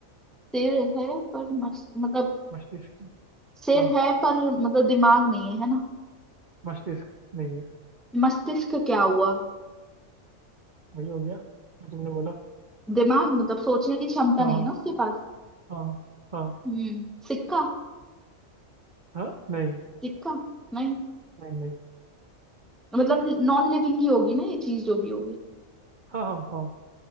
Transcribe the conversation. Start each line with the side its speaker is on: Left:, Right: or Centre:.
Centre: सिर है पर मस्त मतलब
Right: मस्तिष्क
Centre: सिर
Right: हाँ
Centre: है पर मतलब दिमाग नहीं है है ना
Right: मस्तिष्क नहीं है
Centre: मस्तिष्क का क्या हुआ
Right: वही हो गया जो तुमने बोला
Centre: दिमाग मतलब सोचने की क्षमता
Right: हाँ
Centre: नहीं
Right: हाँ
Centre: है ना उसके पास
Right: हाँ हाँ
Centre: हम्म सिक्का
Right: हाँ नहीं
Centre: सिक्का नहीं
Right: नहीं नहीं
Centre: मतलब नॉन लिविंग ही होगी ना ये चीज जो भी होगी
Right: हाँ हाँ हाँ